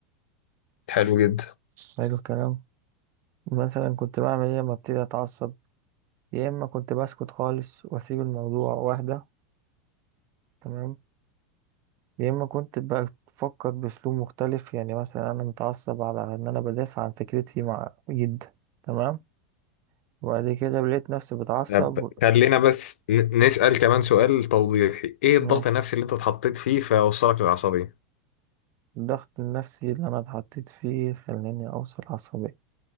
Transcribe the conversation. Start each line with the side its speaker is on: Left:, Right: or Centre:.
Left: حلو جدا
Right: حلو الكلام مثلا كنت بعمل ايه لما ابتدي اتعصب يا اما كنت بسكت خالص واسيب الموضوع واهدى تمام يا اما كنت بقى بفكر باسلوب مختلف يعني مثلا انا متعصب على ان انا بدافع عن فكرتي مع جدا تمام وبعد كده لقيت نفسي بتعصب
Left: طب
Right: و-
Left: خلينا بس ن- نسأل كمان سؤال توضيحي ايه الضغط
Right: ماشي
Left: النفسي اللي انت اتحطيت فيه فوصلك للعصبية
Right: الضغط النفسي اللي انا اتحطيت فيه خلاني اوصل عصبية